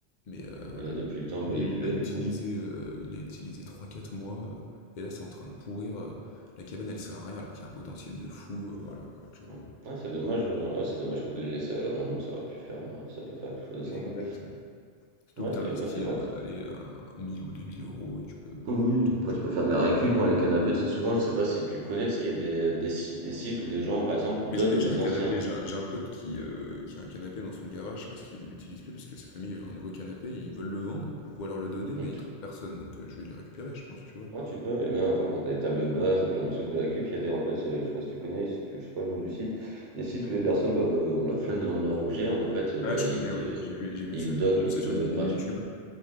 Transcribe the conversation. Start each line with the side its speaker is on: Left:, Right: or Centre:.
Left: Mais heu,
Right: Et là, depuis le temps,
Left: lui,
Right: bah, il est plus
Left: il l'a
Right: là,
Left: utilisé,
Right: du coup. donc,
Left: heu, il l'a utilisé trois, quatre mois, heu et là, c'est en train de pourrir, heu, la cabane, elle sert à rien alors qu'il y a un potentiel de fou, heu, voilà quoi, tu vois?
Right: Ouais, Ouais, c'est dommage. euh, ouais, c'est dommage que vous l'ayez laissé à l'abandon. Ça aurait pu faire, euh, ça peut faire quelque chose de sympa.
Left: Exact. Surtout
Right: Ouais,
Left: que tu
Right: d'ailleurs,
Left: investis,
Right: bah, c'est ouais,
Left: heu, allez, heu, 1 ou deux mille euros et tu peux
Right: Oui,
Left: faire un truc,
Right: après
Left: que tu
Right: tu
Left: vois?
Right: peux faire de la récup, hein, les canapés, tu sais, souvent, je sais pas si tu connais, tu sais, il y a des, des, si- des sites où des gens, par exemple, donnent
Left: Mais j'ai déjà
Right: des
Left: un
Right: anciens.
Left: canapé, j'ai un j'ai un pote qui, heu, qui a un canapé dans son garage parce qu'il l'utilise plus parce que sa famille veut un nouveau canapé et ils veulent le vendre ou alors le donner
Right: Ok.
Left: mais ils trouvent personne donc heu, je vais le récupérer je pense, tu vois?
Right: Ouais, tu peux, et même après pour des tables basses, plein de trucs de récup, il y a des, en fait, il y a- je sais pas si tu connais, je sais pas le nom du site, des sites où des personnes bah, bah, ont la flemme de vendre leur objet, en fait, bah,
Left: Ah je
Right: ils
Left: connais,
Right: te,
Left: ouais, j'ai vu j'ai vu
Right: ils
Left: ça,
Right: donnent,
Left: j'ai vu
Right: ils
Left: ça
Right: te
Left: sur
Right: le
Left: une
Right: donnent
Left: vidéo
Right: gratuitement.
Left: YouTube.